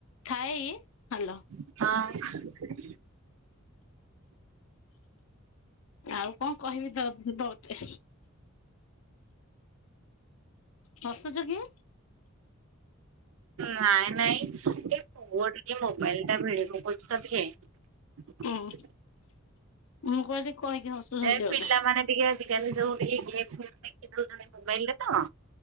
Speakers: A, on the left (about 70°); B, on the right (about 70°).
A: ଥାଏ ହାଲୋ
B: ହଁ।
A: ଆଉ କଣ କହିବି ତ ତତେ। ହସୁଛୁ କି?
B: ନାଇଁ ନାଇଁ। ଏଇ ପୁଅ ଟିକେ ମୋବାଇଲ ଟା ଭିଡ଼ିପକାଉଛି ତ ଟିକେ।
A: ହୁଁ ମୁଁ କହିଲି କହିକି ହସୁଛନ୍ତି
B: ଏ
A: ବୋଧେ
B: ପିଲାମାନେ ଟିକେ ଆଜିକାଲି ଯୋଉ ଗେମ୍ ଫେମ ଦେଖି ଦଉଛନ୍ତି ମୋବାଇଲରେ ତ।